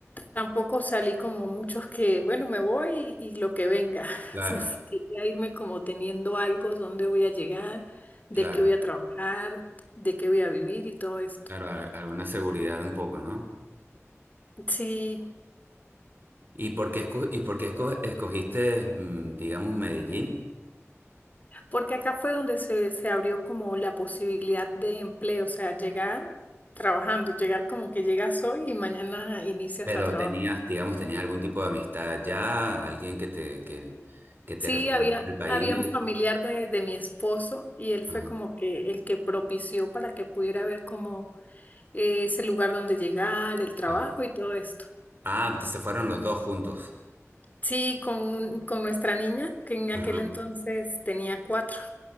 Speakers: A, on the left; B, on the right.
A: Tampoco salí como muchos que, bueno, me voy y, y lo que venga. <laughs>
B: Claro,
A: Entonces, quería irme como teniendo algo, dónde voy a llegar, de
B: claro,
A: qué voy a trabajar, de qué voy a vivir y todo esto.
B: claro, a- alguna seguridad un poco, ¿no?
A: Sí,
B: ¿Y por qué, esco- y por qué esco- escogiste, mm, digamos, Medellín?
A: porque acá fue donde se, se abrió como la posibilidad de empleo, o sea, llegar trabajando, llegar como que llegas hoy y mañana inicias
B: Pero
A: a trabajar.
B: tenías, digamos, tenías algún tipo de amistad allá, alguien que te, que, que te
A: Sí,
B: recomendó
A: había,
B: el país.
A: había un familiar de, de mi esposo y él fue
B: Ajá,
A: como que el que propició para que pudiera ver como eh, es el lugar donde llegar, el trabajo
B: ajá.
A: y todo esto.
B: Ah, se fueron los dos juntos.
A: Sí, con, un- con nuestra niña, que en
B: Ajá.
A: aquel entonces tenía cuatro.